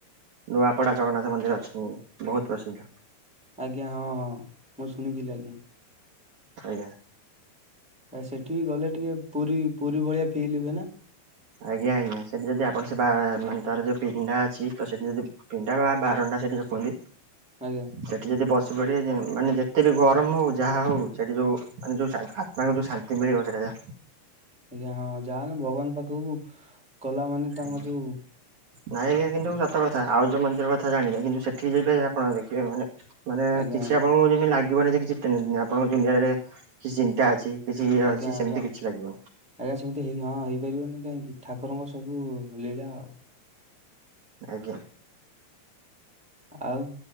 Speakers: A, on the right; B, in the centre.
A: ନୂଆପଡ଼ା ଜଗନ୍ନାଥ ମନ୍ଦିର ଅଛନ୍ ବହୁତ ପ୍ରସିଦ୍ଧ।
B: ଆଜ୍ଞା ହଁ ହଁ ମୁଁ ଶୁଣିଥିଲି ଆଜ୍ଞା।
A: ଆଜ୍ଞା।
B: ସେଠି ବି ଗଲେ ଟିକେ ପୁରୀ ପୁରୀ ଭଳିଆ ଫିଲ ହୁଏ ନା?
A: ଆଜ୍ଞା ଆଜ୍ଞା ସେଠି ଯଦି ଆପଣ ସେ ବା ମାନେ ତାର ଯୋଉ ପିଣ୍ଡା ଅଛି ତ ସେଠି ଯଦି ପିଣ୍ଡା ବା ବାରଣ୍ଡା ସେଠି ଯଉ କହୁନ୍ତି।
B: ଆଜ୍ଞା।
A: ସେଠି ଯଦି ବସି ପଡିବ ଯେ ମାନେ ଯେତେ ବି ଗରମ ହଉ ଯାହା ହଉ ସେଠି ଯୋଉ ମାନେ ଯୋଉ ସା ଆ ମାନେ ଯୋଉ ଶାନ୍ତି ମିଳିିବ ସେଟା ଯା
B: ଆଜ୍ଞା ହଁ ଯାହାହେଲେ ଭଗବାନ ପାଖକୁ କଲା ମାନେ ତାଙ୍କ
A: ଆଜ୍ଞା।
B: ଯୋଉ
A: ନାଇଁ ଆଜ୍ଞା କିନ୍ତୁ ସତ କଥା ଆଉ ଯୋଉ ମନ୍ଦିର କଥା ଜାଣିନି କିନ୍ତୁ ସେଠି ଯିବେ ଆପଣ ଦେଖିବେ ମାନେ ମାନେ
B: ଆଜ୍ଞା
A: କିଛି
B: ଆଜ୍ଞା
A: ଆପଣଙ୍କୁ ଯେମିତି ଲାଗିବନି ଯେ କିଛି ଟେନ୍ ଆପଣଙ୍କ ଦୁନିଆରେ କିଛି ଚିନ୍ତା ଅଛି। କିଛି ଇଏ
B: ଆଜ୍ଞା
A: ଅଛି
B: ଆଜ୍ଞା
A: ସେମିତି କିଛି ଲାଗିବନି।
B: ଆଜ୍ଞା ସେମିତି ହେଇ ହଁ ହେଇପାରିବନି କାହିଁକି ଠାକୁରଙ୍କ ସବୁ ଲୀଳା ଆଉ।
A: ଆଜ୍ଞା।
B: ଆଉ